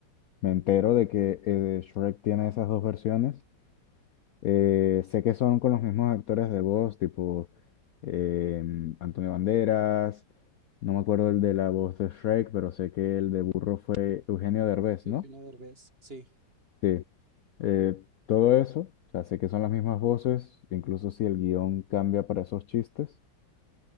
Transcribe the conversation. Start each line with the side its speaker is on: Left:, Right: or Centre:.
Left: me entero de que eh, Shrek tiene esas dos versiones. Eh, sé que son con los mismos actores de voz, tipo em, Antonio Banderas, no me acuerdo el de la voz de Shrek, pero sé que el de Burro fue Eugenio Derbez,
Right: Eugenio
Left: ¿no?
Right: Derbez. Sí,
Left: Sí. eh, todo eso. O sea, sé que son las mismas voces, incluso si el guión cambia para esos chistes.